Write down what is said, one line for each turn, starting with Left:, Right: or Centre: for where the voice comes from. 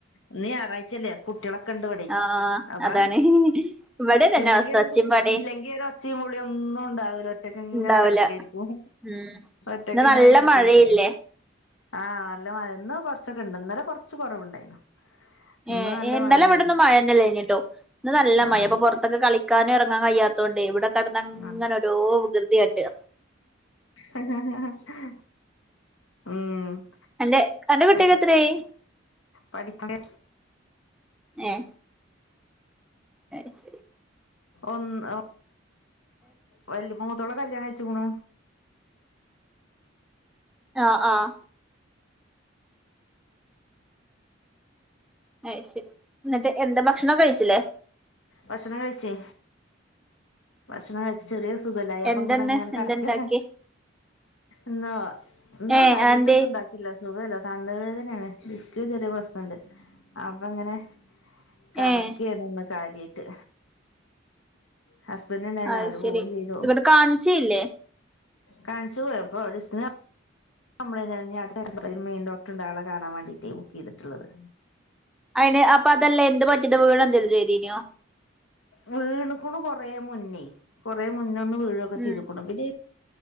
Left: ഇന്ന് ഞായറാഴ്ചല്ലേ കുട്ടികളൊക്കെ ഇണ്ട് ഇവിടെ
Centre: ആഹ്
Left: അപ്പ
Centre: അതാണ് ഇവിടെ തന്നെ
Left: ഇല്ലെങ്കി
Centre: അവസ്ഥ
Left: ഒരു
Centre: ഒച്ചയും പാടേം
Left: ഇല്ലെങ്കി ഒര് ഒച്ചയും വിളിയും ഒന്നും ഉണ്ടാവൂല ഒറ്റക്ക് ഇങ്ങനെ
Centre: ഉണ്ടാവൂല
Left: കിടക്കായിരിക്കും
Centre: ഉം
Left: ഒറ്റക്ക്
Centre: ഇന്ന്
Left: ഇങ്ങനെ
Centre: നല്ല
Left: കിടക്കേക്കാ
Centre: മഴയില്ലേ
Left: ആ നല്ല മഴ ഇന്ന് കൊറച്ചൊക്കെ ഇണ്ട് ഇന്നലെ കൊറച്ച് കൊറവുണ്ടായിരുന്നു
Centre: ഉം
Left: ഇന്ന് നല്ല
Centre: ഇന്നല
Left: മഴയാണ്
Centre: അവിടന്നും മഴ ഇല്ലേഞ്ഞിട്ടോ ഇന്ന് നല്ല
Left: ആഹ്
Centre: മഴ അപ്പൊ പുറത്തൊക്കെ കളിക്ക ളിക്കാനും ഇറങ്ങാൻ കഴിയാത്തോണ്ട് ഇവിടെ കിടന്നങ്ങനെ
Left: ആഹ്
Centre: ഒരോ വികൃതിയട്ട്
Left: ഉം
Centre: എന്റെ എന്റെ കുട്ടിയക്കെ
Left: എത്ര
Centre: എത്രയായി
Left: പഠിക്കണ
Centre: ഏ അത് ശരി
Left: ഒന്ന് വല മൂത്തോള കല്യാണം കഴിച്ചിക്കണ്
Centre: ആഹ് ആഹ് അത് ശരി എന്നിട്ട് എന്താ ഭക്ഷണോ കഴിച്ചില്ലേ
Left: ഭക്ഷണം കഴിച്ചേ ഭക്ഷണം കഴിച്ച് ചെറിയ സുഖലായ അപ്പ
Centre: എന്തന്ന്
Left: ഇവിടെ ഇങ്ങനെ കിടക്ക
Centre: എന്തണ്ടാക്കി
Left: എന്നാ ഇന്ന്
Centre: ഏഹ്
Left: കാര്യമായിട്ടൊന്നും
Centre: അതെന്തേ
Left: ഉണ്ടാക്കില്ല സുഖല്ല തണ്ട വേദനയാണ് ഡിസ്ക്ന് ചെറിയ പ്രശ്നംണ്ട് അപ്പൊ ഇങ്ങനെ കടക്കയാർന്നു
Centre: ഏഹ്
Left: കാര്യയിട്ട് ഹസ്ബൻഡ് ഉണ്ടായിരുന്നു
Centre: അത്
Left: അവര്
Centre: ശരി
Left: പോവയും ചെയ്തു
Centre: ഇവിടെ കാണിച്ചേയില്ലേ
Left: കാണിച്ചു <unintelligible> കംപ്ലയിന്റ് ആരുന്നു മെയിൻ ഡോക്ടർണ്ടായാളെ കാണൻ വേണ്ടിയിട്ട് ബുക്ക് ചെയ്തിട്ടുള്ളത്
Centre: അയിന് അപ്പൊ അതെല്ലാം എന്ത് പറ്റിയത് വീണ എന്തെങ്കിലും ചെയ്തീനയോ
Left: വീണുക്കുണ് കൊറ മുന്നേ കൊറേ മുന്നൊന്ന് വീണൊക്കെ
Centre: ഉം
Left: ചെയ്തുക്കണു പിന്നെ